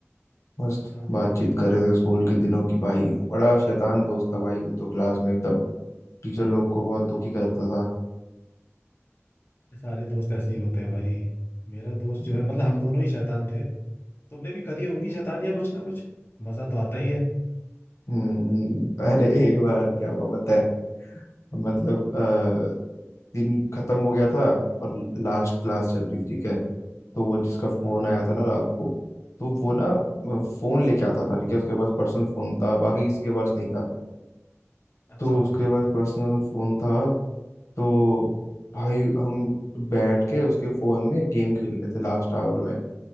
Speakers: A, on the left; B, on the left.
A: मस्त
B: हाँ हाँ
A: बातचीत कर रहे थे स्कूल के दिनों की भाई बड़ा शैतान दोस्त था भाई वो तो क्लास में एकदम टीचर लोग को बहुत दुखी करता
B: सारे दोस्त ऐसे ही होते हैं भाई मेरा
A: था
B: दोस्त जो है मतलब हम दोनों ही शैतान थे तुमने भी करी होंगी शैतान या कुछ ना कुछ मजा तो आता ही है
A: हम्म अरे एक बार क्या हुआ पता है मतलब अ, दिन खत्म हो गया था और लास्ट क्लास चल रही थी ठीक है तो वो जिसका फोन
B: हाँ
A: आया था ना रात को तो वो ना अ, फोन लेके आता था ठीक है उसके पास पर्सनल फोन था बाकी किसी के पास नहीं था
B: अच्छा
A: तो उसके पास पर्सनल फोन था तो भाई हम बैठ के उसके फोन में गेम खेल रहे थे लास्ट आवर में